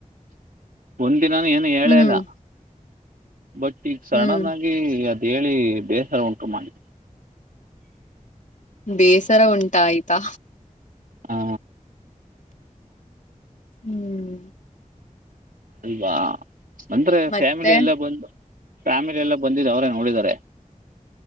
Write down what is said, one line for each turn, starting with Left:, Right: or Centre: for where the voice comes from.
Right: ಒಂದಿನಾನು ಏನು ಹೇಳೆ
Left: ಹ್ಮ್
Right: ಇಲ್ಲಾ. ಬಟ್ ಈಗ ಸಡನ್
Left: ಹ್ಮ್
Right: ಆಗಿ ಅದ ಹೇಳಿ ಬೇಸರ ಉಂಟು ಮಾಡಿ
Left: ಬೇಸರ ಉಂಟ ಆಯ್ತಾ.
Right: ಹಾ
Left: ಹ್ಮ್
Right: ಅಲ್ವಾ ಅಂದ್ರೆ
Left: ಮತ್ತೆ
Right: ಫ್ಯಾಮಿಲಿ ಎಲ್ಲ ಬಂದು ಫ್ಯಾಮಿಲಿ ಎಲ್ಲ ಬಂದಿದ್ದ ಅವ್ರೇ ನೋಡಿದಿದ್ದಾರೆ